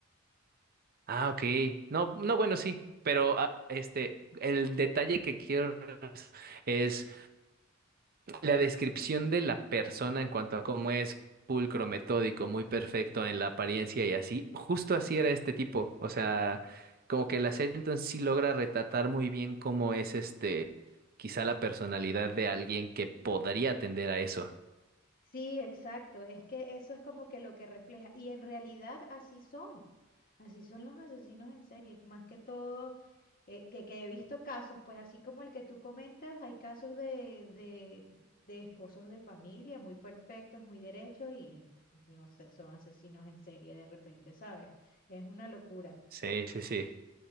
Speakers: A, on the right; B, on the left.
A: Ah, ok. No, no, bueno, sí. Pero ah, este, el detalle que quiero es La descripción de la persona en cuanto a cómo es pulcro, metódico, muy perfecto en la apariencia y así, justo así era este tipo. O sea, como que la serie entonces sí logra retratar muy bien cómo es este, quizá la personalidad de alguien que podría tender a eso.
B: Sí, exacto. Es que eso es como que lo que refleja. Y en realidad así son. Así son los asesinos en serie. Más que todo, eh, que, que he visto casos, pues así como el que tú comentas, hay casos de, de, de esposos de familia muy perfectos, muy derechos y no sé, son asesinos en serie de repente, ¿sabes? Es una locura.
A: Sí, sí, sí.